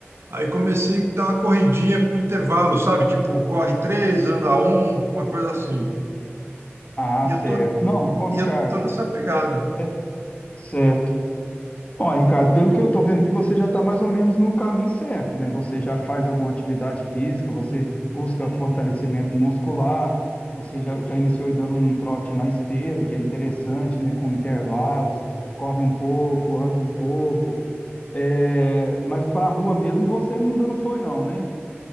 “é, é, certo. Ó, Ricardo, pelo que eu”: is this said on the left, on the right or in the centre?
Left